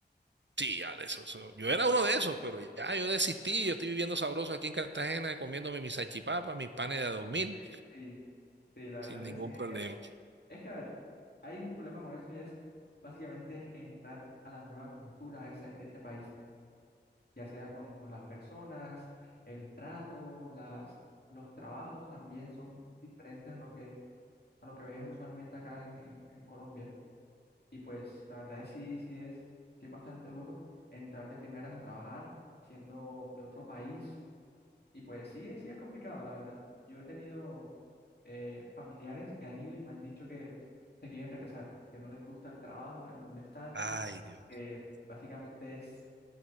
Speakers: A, on the right; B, on the left.
A: Sí, ya, de eso, eso- Yo era uno de esos, pero ya yo desistí. Yo estoy viviendo sabroso aquí en Cartagena, comiéndome mis salchipapas, mis panes de a dos mil,
B: Sí, sí, sí, la verdad
A: sin
B: es que
A: ningún
B: sí.
A: problema.
B: Es que, es que, a ver, hay un problema con eso y es básicamente entrar a la nueva cultura de ese, de ese país, ya sea con, con las personas, el trato, las, los trabajos también son diferentes a lo que, a lo que ves usualmente acá en, en, en Colombia. Y pues la verdad es sí, sí es, sí es bastante duro entrar de primeras a trabajar siendo de otro país. Y pues sí, es- sí es complicado, la verdad. Yo he tenido eh, familiares que han ido y me han dicho que se quieren regresar, que no les gusta el trabajo en donde están,
A: Ay, Dios.
B: que básicamente es,